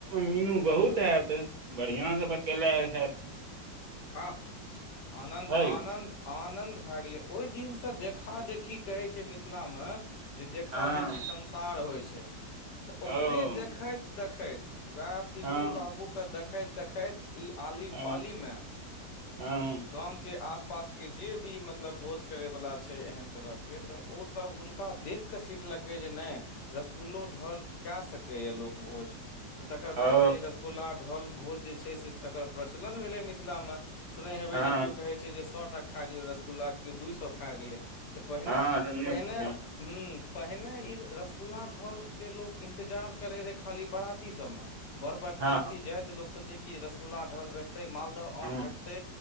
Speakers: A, on the right; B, on the left.
A: मीनू बहुत एत बढ़ियां से बकेला हेत
B: आ आनन्द आनन्द
A: यौ
B: आनन्द भए गेलै ओहि दिनसँ देखा देखी कहै छै मिथिला मिथिला मे जे देखा
A: हँ
B: देखी संसार होइ छै तऽ ओकरे
A: ओ
B: देखैत देखैत देख वएह पिंगुर
A: हँ
B: बाबू के देखैत देखैत इ आली
A: हँ
B: पाली मे
A: हँ
B: गामके आस पास के जे भी मतलब भोज करै वला छै एहन तरह के तऽ ओ सब हुनका देख केऽ सिखल लकै जे नहि रसगुल्लो ढल कए सकै या लोक भोज तऽ तकर बाद
A: ओ
B: से रसगुल्ला ढोल भोज जे छै से तकर प्रचलन भेलै मिथिला मे सुने हेबे
A: हँ
B: जे क्यो कहे छै जे सएटा खा गेलै रसगुल्ला कक्यो दू सए खा गेलै तऽ पहिने
A: हँ सुनै
B: पहिने
A: छियै
B: ह पहिने इ रसगुल्ला ढल के लोग इंतजार करे रहे खाली बराती सबमे बड़ बरती
A: हँ
B: जायइत लोको सोचे कि रसगुल्ला ढल भेटतै माल आम
A: हँ
B: भेटतै